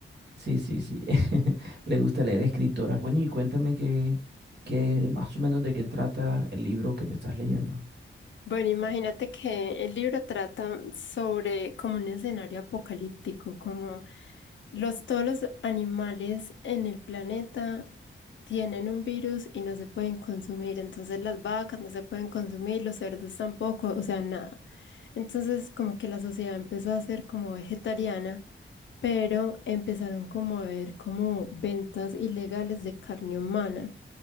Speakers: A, on the right; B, on the left.
A: sí, sí, sí, <laughs> le gusta leer escritoras. Bueno, y cuéntame qué, qué más o menos de qué trata el libro que te estás leyendo.
B: Bueno, imagínate que el libro trata sobre como un escenario apocalíptico, como los, todos los animales en el planeta tienen un virus y no se pueden consumir, entonces las vacas no se pueden consumir, los cerdos tampoco, o sea, nada. Entonces como que la sociedad empezó a ser como vegetariana, pero empezaron como a ver como ventas ilegales de carne humana.